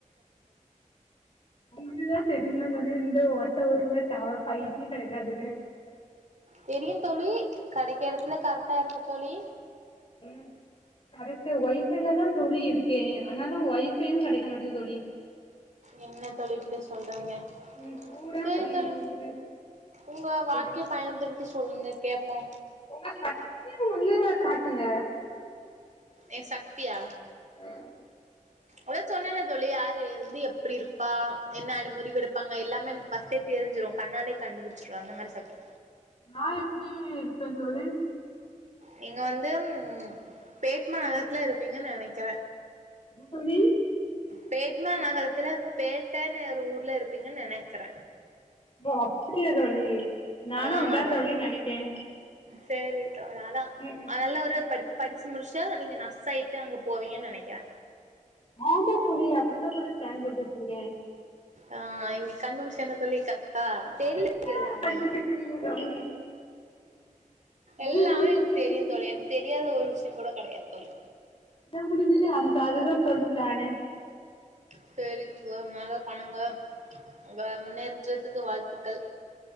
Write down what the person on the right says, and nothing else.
தெரியு தோழி கடைக்குற இடத்துல கரெக்டா இருங்க தோழி
என்ன தோழி இப்டி சொல்றிங்க
சேரி தோழி
உங்க வாழ்கை
பயணத்த பத்தி சொல் சொல்லுங்க கேப்போ
ஏ சக்தியா
அதா சொன்னேனே தோழி யாரு இருந்து எப் இப்டி இருப்பா என்ன அடி முடிவு எடுப்பாங்க எல்லாமே எனக்கு ஃபஸ்ட்டே தெரிஞ்சிரு கண்ணாலே கண்டுபிடிச்சிருவ அந்த மாரி சக்தி
நீங்க வந்து ம் பேட்மா
நகரத்துல இருப்பீங்கன் நெனைக் த
பேட்மா நகரத்துல பேட்டனு ஒரு ஊர்ல இருப்பீங்கன் நெனைக்கற
ஆமா
தோ
சேரி அதா
அதனால ஒரு
படி படிச்சு முடிச்சி சேர் நீங்க நர்ஸ் ஆயிட்டு அங்க போவீங்கன் நெனைக்கிற
ஆ எப்டி கண்டு புடிச்ச பாத்தல்ல க ஆ தெரியு
எல்லாமே
எல்லாமே
எனக் தெரியு
தோழி எனக் தெரியாத ஒரு விஷ்யோ கூட கெடையாது தோழி
செரி துவ நல்லா பண்ணுங்க உங்க முன்னேற்றத்துக்கு வாழ் த்துக்கள்